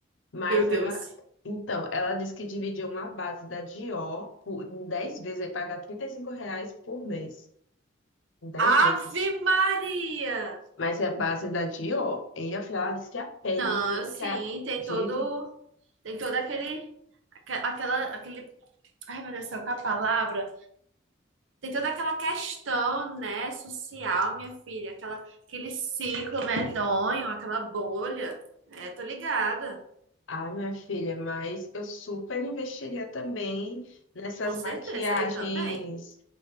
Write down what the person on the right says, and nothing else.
Meu Deus.
Ave Maria!
Não,
eu sim, tem
todo, tem todo aquele, aque- aquela, aquele, ai meu Deus do céu, qual é a palavra? Tem toda aquela questão, né, social, minha filha, aquela, aquele ciclo medonho, aquela bolha. É, tô ligada,
com certeza,
eu também.